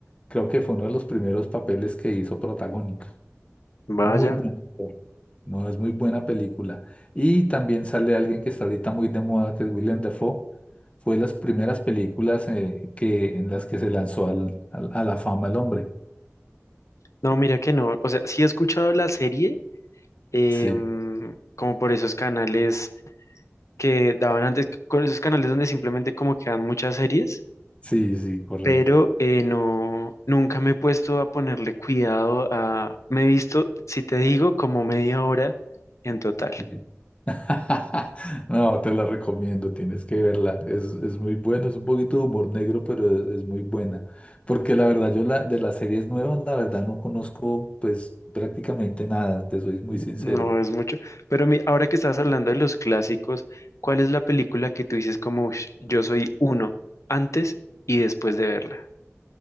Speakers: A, on the left; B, on the left.
A: creo que fue uno de los primeros papeles que hizo protagónico.
B: Vaya.
A: Muy buen actor. No es muy buena película. Y también sale alguien que está ahorita muy de moda, que es Willem Dafoe fue las primeras películas eh, que, en las que se lanzó al- al- a la fama el hombre.
B: No, mira que no. O sea, sí he escuchado la serie, em,
A: Sí,
B: como por esos canales que daban antes, con esos canales donde simplemente como que dan muchas series,
A: sí, sí, correcto.
B: pero eh, no, nunca me he puesto a ponerle cuidado a, me he visto, si te digo, como media hora en total,
A: Sí. <laughs> No, te la recomiendo, tienes que verla. Es, es muy buena, es un poquito de humor negro, pero es, es muy buena. Porque la verdad, yo la, de las series nuevas, la verdad no conozco pues prácticamente nada, te soy muy sincero.
B: no es mucho, pero mi- ahora que estabas hablando de los clásicos, ¿cuál es la película que tú dices como "Ush, yo soy uno antes y después de verla?